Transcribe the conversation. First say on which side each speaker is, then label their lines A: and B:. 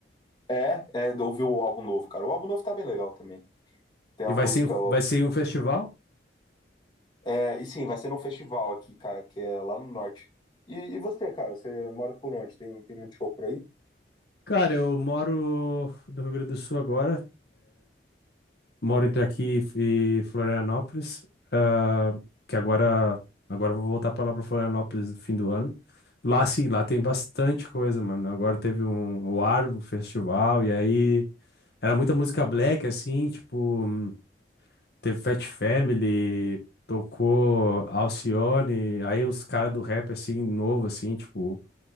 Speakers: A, on the left; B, on the left.
A: É, é, ouviu o álbum novo, cara. O álbum novo tá bem legal também. Tem uma
B: E vai
A: música
B: ser, vai ser em um festival?
A: É, e sim, vai ser num festival aqui, cara, que é lá no norte. E, e você, cara, você mora por onde? Tem, tem muito show por aí?
B: Cara, eu moro no Rio Grande do Sul agora. moro entre aqui e Florianópolis, ah, que agora agora eu vou voltar para lá para Florianópolis no fim do ano. Lá sim, lá tem bastante coisa, mano. Agora teve um o Arvo Festival e aí era muita música black assim, tipo, hum, teve Fat Family, tocou Alcione, aí os caras do rap assim novo assim, tipo,